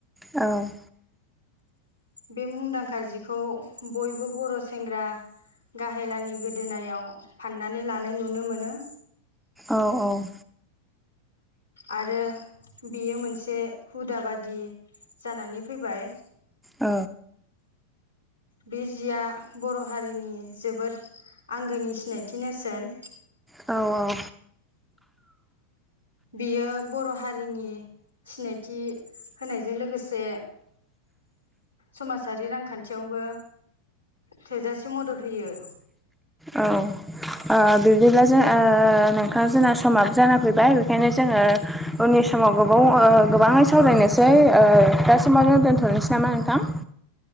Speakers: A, in the centre; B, on the left.
A: औ
B: बे मुंदांखा जिखौ बयबो बर' सेंग्रा गाहेलानि गोदोनायाव फाननानै लानाय नुनो मोनो
A: औ औ
B: आरो बियो मोनसे हुदा बादि जानानै फैबाय
A: औ
B: बे जिया बर' हारिनि जोबोद आंगोनि सिन हिनायथि नेरसोन
A: औ औ
B: बियो बर' हारिनि सिनायथि होनायजों लोगोसे समाजारि रां खान्थियावबो थोजासे मदद होयो
A: औ ओ बिब्दिब्ला जों ओ नोंथां जोंना समप जाना फैबाय बेखायनो जोङो उननि समाव गोबाव गोबाङै सावरायनोसै दा समाव जों दोन्थ'नोसै नामा नोंथां <inaudible>